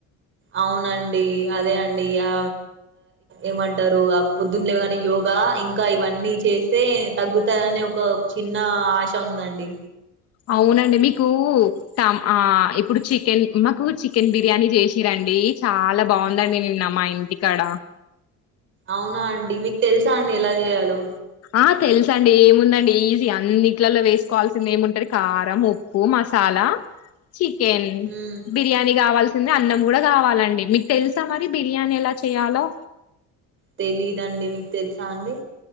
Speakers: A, on the right; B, on the left.
A: అవునండి అదే అండి ఆ ఏమంటారు ఆ పొద్దున్నలే కానీ యోగా ఇంకా ఇవన్నీ చేస్తే తగ్గుతాయనే ఒక చిన్న ఆశ ఉందండి
B: అవునండి మీకు ఆ ఇప్పుడు చికెన్ మాకు చికెన్ బిర్యానీ చేసిరండి చాలా బాగుందండి నిన్న మా ఇంటికాడ
A: అవునా అండి మీకు తెలుసా అండి ఎలా చేయాలో
B: ఆ తెలుస అండి ఏముందండి ఈజీ అన్నిట్లలో వేసుకోవాల్సింది ఏముంటుంది కారం ఉప్పు మసాలా చికెన్
A: హ్మ్
B: బిర్యానీ కావాల్సింది అన్నం కూడా కావాలండి మీకు తెలుసా మరి బిర్యానీ ఎలా చేయాలో
A: తెలీదండి మీకు తెలుసా అండి